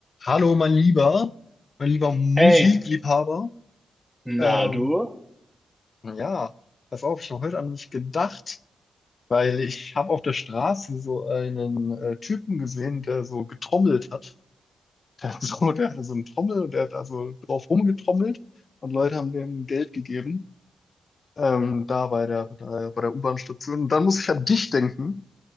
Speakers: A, on the left; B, in the centre.
A: Hallo, mein Lieber, mein lieber Musikliebhaber.
B: Hey,
A: Ähm,
B: na du?
A: ja, pass auf, ich habe heute an mich gedacht, weil ich habe auf der Straße so einen äh, Typen gesehen, der so getrommelt hat. <laughs> Der hat so, der hatte so eine Trommel und der hat da so drauf rumgetrommelt und Leute haben dem Geld gegeben, ähm, da bei der, da, bei der U-Bahn-Station. Und dann muss ich an dich denken.